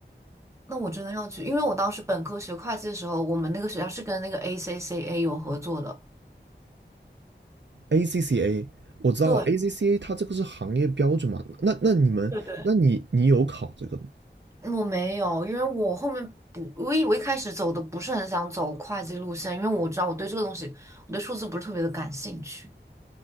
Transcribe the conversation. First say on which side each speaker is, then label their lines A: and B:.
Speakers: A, on the right; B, on the right.
A: 那我真的要去，因为我当时本科学会计的时候，我们那个学校是跟那个 ACCA 有合作的。
B: ACCA 我知道
A: 对，
B: ACCA 它这个是行业标准嘛，那那你们，
A: 对对，
B: 那你你有考这个的吗？
A: 我没有，因为我后面不，我以为一开始走的不是很想走会计路线，因为我知道我对这个东西，我对数字不是特别的感兴趣。